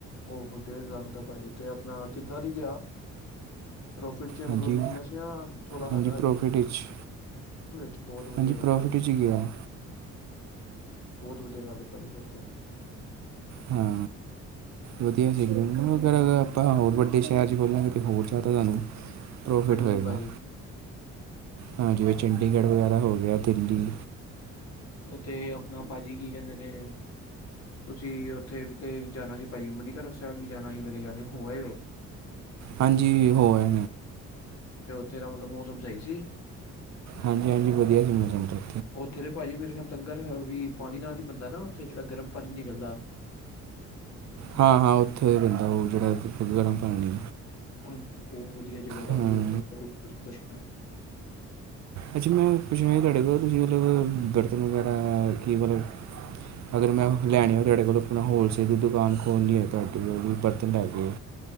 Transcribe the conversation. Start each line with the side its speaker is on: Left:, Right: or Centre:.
Left: ਉਹਹੋ ਡੇਢ ਲੱਖ ਦਾ ਭਾਜੀ ਤੇ ਅਪਣਾ ਕਿੱਦਾਂ ਦੀ ਗਿਆ ਪ੍ਰੋਫਿਟ ਚ
Right: ਹਾਂਜੀ
Left: ਮਤਲਬ ਬਿਜਨਸ ਯਾ ਥੋੜਾ
Right: ਹਾਂਜੀ
Left: ਹੈਗਾ ਹਜੇ।
Right: ਪ੍ਰੋਫਿਟ ਵਿੱਚ
Left: ਵਿੱਚ ਬਹੁਤ ਵਧੀਆ
Right: ਹਾਂਜੀ
Left: ਗੱਲ
Right: ਪ੍ਰੋਫਿਟ
Left: ਪਾਜ਼ੀ ਫਿਰ
Right: 'ਚ ਹੀ
Left: ਤਾ।
Right: ਗਿਆ
Left: ਬਹੁਤ ਵਧੀਆ ਗੱਲ ਤੇ ਭਾਜੀ ਫਿਰ ਤੇ
Right: ਹਾਂ, ਵਧੀਆ ਸੀ ਅਗਰ ਅਰ ਆਪਾਂ ਹੋਰ ਵੱਡੇ ਸ਼ਹਿਰ ਚ ਖੋਲਾਂਗੇ ਅਤੇ ਹੋਰ ਜ਼ਿਆਦਾ ਤੂਹਾਨੂੰ ਪ੍ਰੋਫਿਟ
Left: ਹਾਂਜੀ-ਹਾਂਜੀ
Right: ਹੋਏਗਾ।
Left: ਭਾਜੀ।
Right: ਹਾਂ ਜਿਵੇਂ ਚੰਡੀਗੜ੍ਹ ਵਗੈਰਾ ਹੋ ਗਿਆ ਦਿੱਲੀ
Left: ਤੇ ਅਪਣਾ ਭਾਜੀ ਕੀ ਕਹਿੰਦੇ ਨੇ ਤੁਸੀਂ ਉੱਥੇ ਵੀ ਤੇ ਜਾਣਾ ਸੀ, ਭਾਜੀ ਮੰਨੀਕਰਨ ਸਾਹਿਬ ਵੀ ਜਾਣਾ ਸੀ, ਮੇਰੇ ਖਿਆਲ ਹੋ ਆਏ ਹੋ।
Right: ਹਾਂਜੀ ਹੋ ਆਏ
Left: ਤੇੇਰਾ ਮਤਲਬ ਮੌਸਮ ਸਹੀ ਸੀ?
Right: ਹਾਂਜੀ ਹਾਂਜੀ, ਵਧੀਆ ਸੀ ਮੌਸਮ ਤੇ।
Left: ਉੱਥੇ ਤੇ ਭਾਜੀ ਮੇਰੇ ਖਿਆਲ ਤੰ ਗ <unintelligible> ਪਾਨੀ ਨਾਲ ਈ ਬੰਦੇ ਨਾ, ਉੱਥੇ ਜੇਹੜਾ ਗਰਮ ਪਾਨੀ ਨਿਕਲਦੇ
Right: ਹਾਂ ਹਾਂ, ਉੱਥੇ ਬੰਦੇ ਉਹ ਜਿਹੜਾ, ਗਰਮ ਪਾਣੀ
Left: ਹਾਂਜੀ, ਬਹੁਤ ਵਧੀਆ ਜਗ੍ਹਾ ਭਾਜੀ
Right: ਹਾਂ
Left: ਉਥੇ ਦਾ ਦ। <unintelligible>
Right: ਅੱਛਾ, ਮੈਂ ਕੁੱਛ ਮ ਤੁਹਾਡੇ ਕੋ ਤੁਸੀਂ ਮਤਲਬ ਬਰਤਨ ਵਗੈਰਾ ਕਿ ਮਤਲਬ, ਅਗਰ ਮੈਂ ਲੈਣੇ ਹੋ ਤੁਹਾਡੇ ਕੋਲ ਅਪਣਾ ਹੋਲਸੇਲ ਦੀ ਦੁਕਾਨ ਖੋਲ੍ਹਣੀ ਹੋਏ ਤੁਹਾਡੀ ਉਹਦੀ ਬਰਤਨ ਲੈ ਕੇ